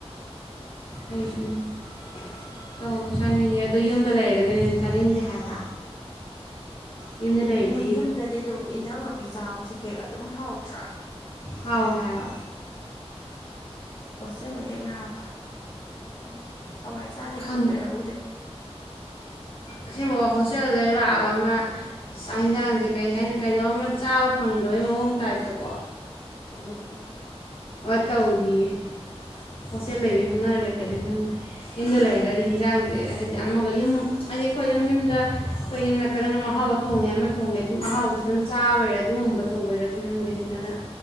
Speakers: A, on the left; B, on the left.
A: ꯑꯩꯁꯨꯅꯤ ꯆꯥꯅꯤꯡꯉꯦ ꯑꯗꯨ ꯌꯨꯝꯗ ꯂꯩꯔꯒꯅꯅꯦ ꯆꯥꯅꯤꯡꯗꯦ ꯍꯥꯏꯕ ꯌꯨꯝꯗ ꯂꯩꯔꯗꯤ
B: ꯍꯣꯏ ꯌꯨꯝꯗꯗꯤ ꯑꯗꯨꯝ ꯏꯟꯖꯥꯡ ꯅꯥꯄꯤ ꯆꯥꯕꯁꯨ ꯀꯩ ꯑꯗꯨꯝ ꯍꯥꯎꯗ꯭ꯔꯥ
A: ꯍꯥꯎꯋꯦ ꯍꯥꯏꯕ
B: ꯍꯣꯁꯇꯦꯜꯗ ꯍꯦꯛ ꯂꯥꯛꯕ ꯈꯪꯗꯦ ꯍꯋꯥꯏ ꯆꯅꯤ
A: ꯈꯪ
B: ꯈꯟꯕꯩꯔ ꯈꯪꯗꯦ <unintelligible>
A: ꯑꯁꯦꯡꯕ ꯍꯣꯁꯇꯦꯜꯗ ꯍꯦꯛ ꯂꯥꯛꯑꯕ ꯑꯃ ꯆꯥꯛ ꯌꯦꯟꯁꯥꯡꯁꯦ ꯀꯔꯤ ꯍꯥꯏꯅ ꯀꯩꯅꯣ ꯑꯃ ꯆꯥꯕ ꯐꯪꯗꯣꯏꯅ ꯃꯑꯣꯡ ꯇꯥꯏꯞꯇꯀꯣ
B: ꯎꯝ
A: ꯑ ꯇꯧꯔꯤꯌꯦ ꯍꯣꯁꯇꯦꯜ ꯂꯩꯕ ꯍꯧꯅꯕꯤꯗꯤ ꯈꯪꯗꯦ ꯌꯨꯝꯗ ꯂꯩꯔꯒꯗꯤ ꯍꯤꯟꯖꯥꯡꯁꯦ ꯍꯥꯏꯗꯤ ꯑꯃꯒ ꯌꯨꯝ ꯑꯗꯩ ꯑꯩꯈꯣꯏ ꯑꯗꯨꯝ ꯌꯨꯝꯗ ꯑꯩꯈꯣꯏ ꯌꯨꯝꯗꯀꯗꯪ ꯑꯗꯨꯝ ꯑꯍꯥꯎꯕ ꯊꯣꯡꯉꯦ ꯑꯃ ꯊꯣꯡꯉꯦ ꯑꯗꯨꯝ ꯑꯍꯥꯎꯁ ꯑꯗꯨꯝ ꯆꯥꯕꯔꯦ ꯑꯗꯨꯝ ꯀꯨꯝꯕ ꯇꯣ ꯑꯣꯏꯔꯗꯤ ꯈꯪꯗꯦ ꯁꯤꯗꯅ